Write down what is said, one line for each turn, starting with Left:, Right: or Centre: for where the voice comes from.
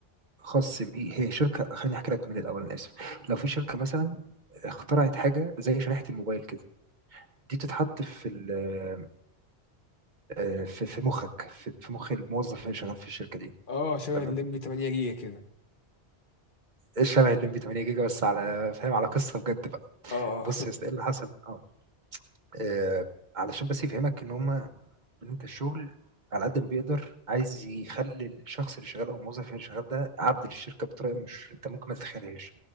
Right: خاص بيه هي شركه خليني احكي لك من الاول انا اسف لو في شركه مثلا اخترعت حاجه زي شريحه الموبايل كده دي بتتحط في ال- آه، في في مخك في في مخ الموظف اللي شغال في الشركه دي
Left: اه شبه
Right: تمام
Left: الليمبي 8 جيجا كده
Right: الشبه اللي 8 جيجا بس على فاهم على قصه بجد بقى.
Left: اه
Right: بص
Left: اه
Right: يا اسطى
Left: <laughs>
Right: ايه اللي حصل اه آه، علشان بس يفهمك ان هم ان انت الشغل على قد ما بيقدر عايز يخلي الشخص اللي شغال او الموظف اللي شغال ده عبد للشركه بطريقه مش انت ممكن ما تتخيلهاش